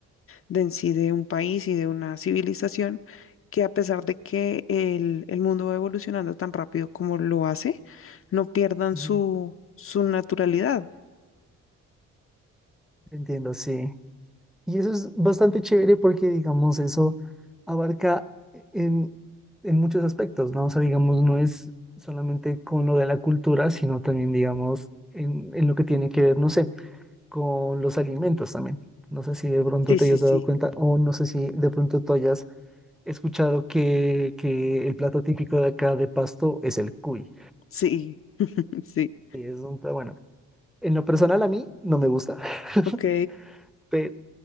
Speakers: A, on the left; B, in the centre.
A: de en sí de un país y de una civilización que a pesar de que el, el mundo va evolucionando tan rápido como lo hace, no pierdan
B: ujú.
A: su, su naturalidad.
B: Entiendo, sí. Y eso es bastante chévere porque, digamos, eso abarca en, en muchos aspectos, ¿no? O sea, digamos, no es solamente con lo de la cultura, sino también, digamos, en, en lo que tiene que ver, no sé. con los alimentos también. No sé si de pronto
A: Sí,
B: te
A: sí,
B: hayas
A: sí,
B: dado cuenta o no sé si de pronto tú hayas escuchado que, que el plato típico de acá de Pasto es el cuy.
A: sí, <laughs> sí,
B: Y Es un, pla- bueno, en lo personal a mí no me gusta, <laughs>
A: ok.
B: pero